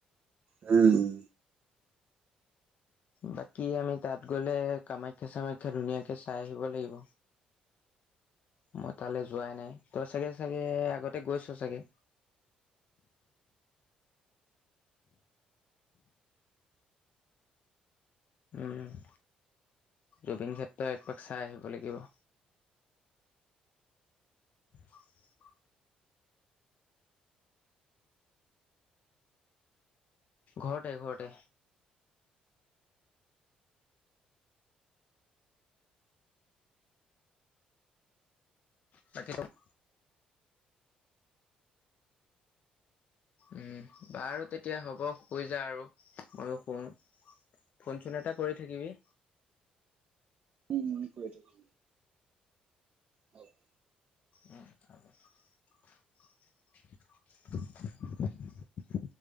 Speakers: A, on the right; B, on the left.
A: উম।
B: বাকী আমি তাত গ'লে কামাখ্যা চামাখ্যা ধুনীয়াকে চাই আহিব লাগিব, মই তালে যোৱাই নাই তই চাগে চাগে আগতে গৈছ চাগে? উম জুবিন ক্ষেত্ৰ একপাক চাই আহিব লাগিব। উ <inaudible> ঘৰতে ঘৰতে। বাকী কওঁক? উম বাৰু তেতিয়া হ'ব শুই যা আৰু ময়ো শুওঁ, ফোন চোন এটা কৰি থাকিবি।
A: উম কৰি থ <unintelligible>
B: উম খ <unintelligible> <unintelligible>